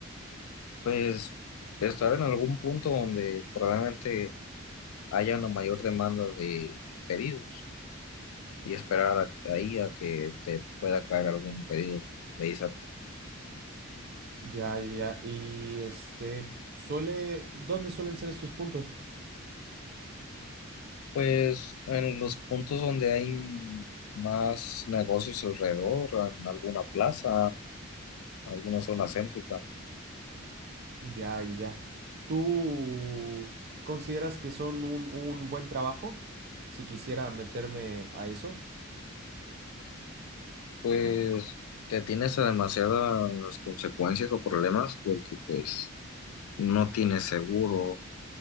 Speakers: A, on the left; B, on the right.
A: Pues estar en algún punto donde probablemente haya una mayor demanda de pedidos y esperar a que- ahí a que te pueda caer algún pedido de ahí cerca.
B: Ya, ya. Y este, suele, ¿dónde suelen ser estos puntos?
A: Pues en los puntos donde hay más negocios alrededor, en alguna plaza alguna zona céntrica,
B: Ya, ya. ¿Tú consideras que son un, un buen trabajo? Si quisiera meterme a eso.
A: pues te tienes a demasiadas consecuencias o problemas porque pues no tienes seguro,